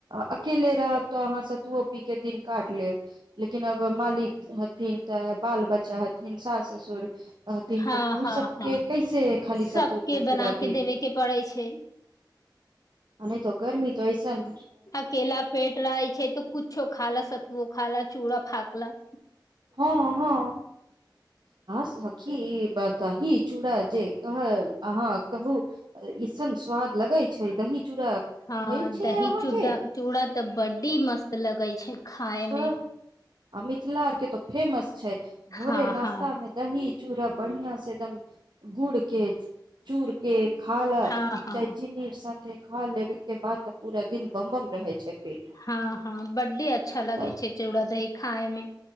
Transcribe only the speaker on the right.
अकेले रहब तऽ अहाँ सत्तूओ पी कऽ दिन काटि लेब लेकिन आब मालिक हथिन तऽ बाल बच्चा हथिन सास ससुर रहथिन
तऽ ओ
सबके
कैसे खाली
सतुर पे पूरा
दिन
नहि तऽ गर्मी तइसन
हँ हँ हँ सखी दही चूड़ा जे कह अहाँ कहू एसन स्वाद लगे छै दही चूड़ा
खैल छियै
अहाँके
स
अीथिल आरके त फेमस छै भोरे
नाश्ता
मे दही चूड़ा बढ़िया से एकदम गुड़ के चूर के ख ल
चैचीनीर सा देख खा ले के बाद ते पूरा दिन बमबम रहे छै पेट
तब